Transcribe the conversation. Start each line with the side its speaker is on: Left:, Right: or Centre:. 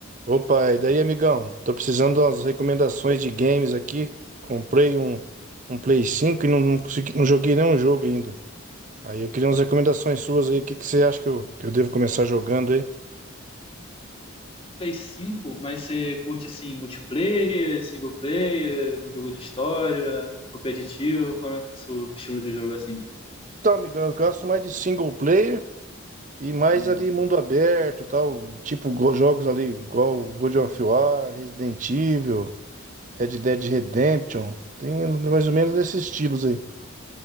Right: Opa, e daí, amigão? Tô precisando de umas recomendações de games aqui. Comprei um, um Play 5 e não, não consegui, não joguei nenhum jogo ainda. Aí eu queria umas recomendações suas aí. O que, que você acha que eu, que eu devo começar jogando aí?
Left: Play cinco mas você curte assim multiplayer, single player, jogo de história, competitivo? Qual é que é o seu estilo de jogo assim?
Right: Então, amigão, eu gosto mais de single player e mais
Left: Hum,
Right: ali mundo aberto, tal, tipo go- jogos ali, igual God of War, Resident Evil, Red Dead Redemption. Tem mais ou menos nesses estilos aí.